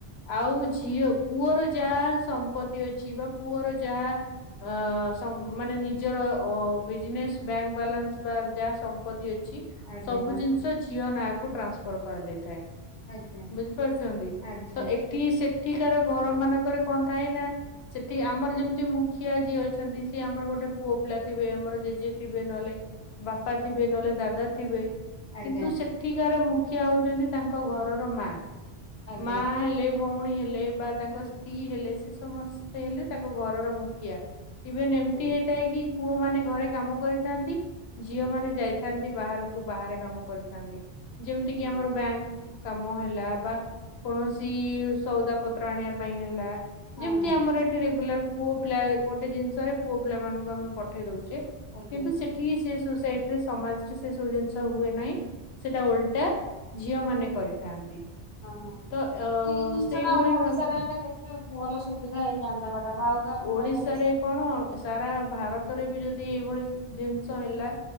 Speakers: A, on the left (about 80°); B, on the left (about 55°).
A: ଆଉ ଝିଅ ପୁଅର ଯାହା ସମ୍ପତ୍ତି ଅଛି ବା ପୁଅର ଯାହା ଅ ମାନେ ନିଜର ଅ ବିଜନେସ୍ ବ୍ୟାଙ୍କ ବାଲାନ୍ସ ବା ଯାହା ସମ୍ପତି ଅଛି
B: ଆଜ୍ଞା
A: ସବୁ
B: ଆଜ୍ଞା
A: ଜିନିଷ ଝି ଝିଅ ନାଁ ଙ୍କୁ ଟ୍ରାନ୍ସଫର କରାଯାଇଥାଏ
B: ଆଜ୍ଞା
A: ବୁଝିପାରୁଛନ୍ତି
B: ଆଜ୍ଞା
A: ତ ଏଠି ଏଠି ସେଠିକାର ଘର ମାନଙ୍କରେ କଣ ଥାଏ ନା ସେଠି ଆମର ଯେମିତି ମୁ ମୁଖିଆ ଯିଏ ଅଛନ୍ତି ସିଏ ଆମର ଗୋଟେ ପୁଅ ପିଲା ଥିବେ ଆମର ଜେଜେ ଥିବେ ନହେଲେ ବାପା ଥିବେ ନହେଲେ ଦାଦା ଥିବେ
B: ଆଜ୍ଞା
A: କିନ୍ତୁ ସେଠିକାର ମୁଖିଆ ହଉଛନ୍ତି ତାଙ୍କ ଘରର ମା
B: ଆଜ୍ଞା
A: ମା ହେଲେ ଭଉଣୀ ହେଲେ ବା ତାଙ୍କ ସ୍ତ୍ରୀ ହେଲେ ସେ ସମସ୍ତେ ହେଲେ ତାଙ୍କ ଘରର ମୁଖିଆ। ଇଭେନ ଏମିତି
B: ହଁ
A: ହେଇଥାଏ କି ପୁଅ ମାନେ ଘରେ କାମ କରିଥାନ୍ତି ଝିଅ
B: ଆଜ୍ଞା।
A: ମାନେ ଯାଇ ଥା ବାହାରକୁ ବାହାରେ କାମ କରିଥାନ୍ତି ଯେମିତି
B: ହଁ
A: କି ଆମର ବ୍ୟାଙ୍କ। କାମ ହେଲା ବା କୌଣସି ସଉଦା ପତ୍ର ଆଣିବା ପାଇଁ ହେଲା।
B: ହଁ
A: ଯେମିତି ଆମର ଏଠି ରେଗୁଲାର ପୁଅ ପିଲା ଗୋଟେ ଜିନିଷରେ ପୁଅ ପିଲା ମାନଙ୍କୁ ଆମେ ପଠେଇ ଦଉଛେ।
B: ଆଜ୍ଞା
A: କିନ୍ତୁ
B: ହଁ
A: ସେଠିକି ସେ ସୋସାଇଟିରେ ସମାଜରେ ସେ ସବୁ ଜିନିଷ ହୁଏ ନାହିଁ। ସେଟା ଓଲଟା ଝିଅ ମାନେ କରିଥାନ୍ତି।
B: ଓହୋ
A: ତ ଅ
B: ଏଇ ଜିନିଷ
A: ସେଇଭଳି
B: ଟା ଆମ ଓଡିଶାରେ
A: ଭାବ
B: ହେଲେ କେତେ ଭଲ ସୁବିଧା ହେଇଯାଆନ୍ତା ମ୍ୟାଡାମ ଆଉ। କାହାକୁ
A: ଓଡିଶାରେ
B: ମାନେ ବେଶୀ
A: କଣ ସାରା ଭାରତରେ ବି ଯଦି ଏଇଭଳି ଜିନିଷ ହେଲା।